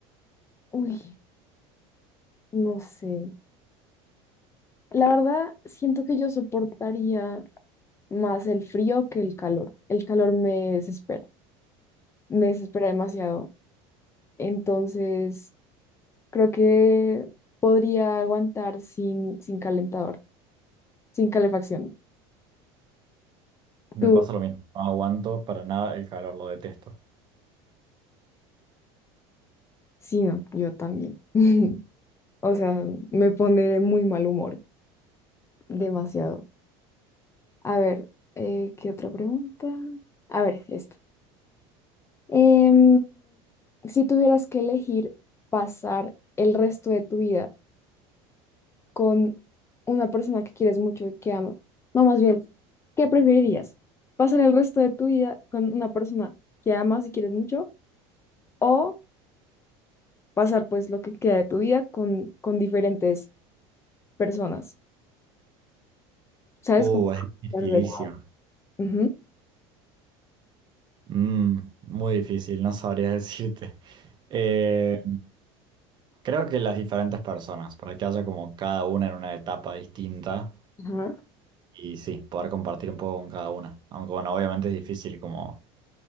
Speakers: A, on the left; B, on the right.
A: uy, no sé. La verdad, siento que yo soportaría más el frío que el calor. El calor me desespera, me desespera demasiado. Entonces... Creo que podría aguantar sin, sin calentador, sin calefacción.
B: Me
A: Tú,
B: pasa lo mismo, no aguanto para nada el calor, lo detesto.
A: sí, no, yo también. <laughs> O sea, me pone de muy mal humor, demasiado. A ver, eh, ¿qué otra pregunta? A ver, esta. Em, si tuvieras que elegir pasar el resto de tu vida con una persona que quieres mucho y que ama, no, más bien, ¿qué preferirías? ¿Pasar el resto de tu vida con una persona que amas y quieres mucho? o pasar pues lo que queda de tu vida con, con diferentes personas, ¿sabes?
B: Uh,
A: Como...
B: es dificilísimo.
A: Perfecto. Ujú.
B: Mm, muy difícil, no sabría <laughs> decirte. Eh, creo que las diferentes personas, para que haya como cada una en una etapa distinta
A: Ajá,
B: y sí, poder compartir un poco con cada una. Aunque bueno, obviamente es difícil como